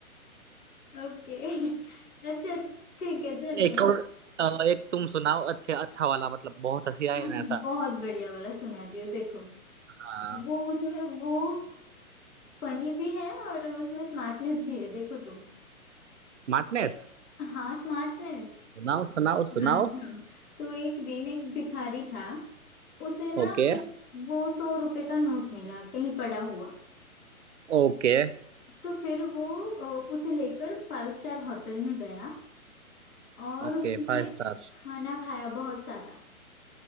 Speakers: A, on the left (about 80°); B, on the right (about 55°).
A: ओके अच्छा ठीक है चलो
B: एक और अ, एक तुम सुनाओ अच्छे अच्छा वाला मतलब बहुत हंसी आए
A: बहुत
B: ना ऐसा
A: बढ़िया वाला सुनाती हूँ देखो
B: हाँ
A: वो उसमें वो फनी भी है और उसमें स्मार्टनेस भी है देखो तुम
B: मार्टिनेस
A: एक- हाँ स्मार्टनेस
B: सुनाओ सुनाओ सुनाओ
A: हाँ सुनो तो एक दिन एक भिखारी था उसे ना
B: Okay
A: वही वो सौ रुपए का नोट मिला कहीं पड़ा हुआ
B: Okay
A: तो फिर वो अ, उसे लेकर फाइव स्टार होटल में गया और
B: okay
A: उसने
B: five star.
A: खाना खाया बहुत सारा